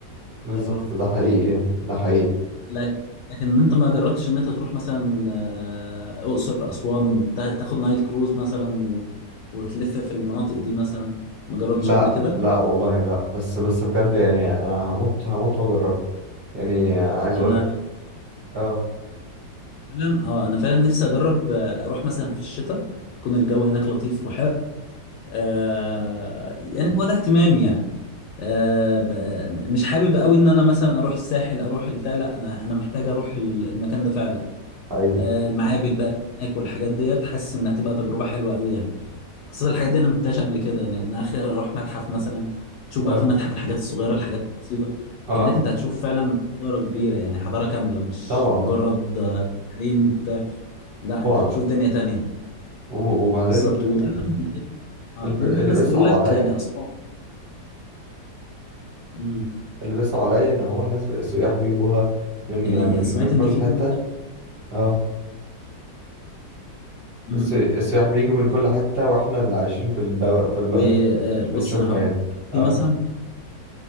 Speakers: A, on the right; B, on the left.
A: بالظبط
B: تمام
A: ده حقيقي يعني ده حقيقي
B: لك- لكن انت ما جربتش ان انت تروح مثلا آه، اقصر اسوان تا- تاخد نايل كروز مثلا و... وتلف في المناطق دي مثلا ما جربتش
A: لا
B: قبل كده
A: لا والله لا بس بس بجد يعني أنا هموت هموت وأجربه يعني عايز
B: انا
A: أقول لك اه
B: فعلا اه انا فعلا نفسي اجرب آه، اروح مثلا في الشتاء يكون الجو هناك لطيف وحلو آه يعني هو ده اهتمامي يعني آه ب... مش حابب قوي ان انا مثلا اروح الساحل اروح البتاع لا انا انا محتاج اروح المكان ده فعلا
A: ايوه
B: آه، المعابد بقى هناك والحاجات ديت حاسس انها تبقى تجربه حلوه قوي يعني خاصه الحاجات دي انا ما شفتهاش قبل كده يعني انا اخري اروح متحف مثلا تشوف بقى
A: اه
B: في المتحف الحاجات الصغيره الحاجات البسيطه لكن
A: اه
B: هناك انت هتشوف فعلا حضاره كبيره يعني حضاره كامله مش
A: طبعا
B: مجرد آه، تمثالين وبتاع لا
A: طبعا
B: انت هتشوف دنيا تانية
A: و- وبعدين
B: بالظبط ودايما
A: اللي
B: اه دايما
A: اللي
B: الناس
A: بيصعب
B: تقول لك
A: عليا
B: يعني اسوان امم
A: اللي بيصعب عليا ان هو الناس بقى- السياح بيجوها من
B: يعني
A: من
B: سمعت
A: من
B: ان
A: كل
B: في
A: حته
B: مثلا
A: اه
B: امم
A: السي- السياح بيجوا من كل حته واحنا اللي عايشين في الدو... في البلد
B: وبص
A: مش بنشوفها
B: انا هقول
A: يعني
B: لك في
A: اه
B: مثلا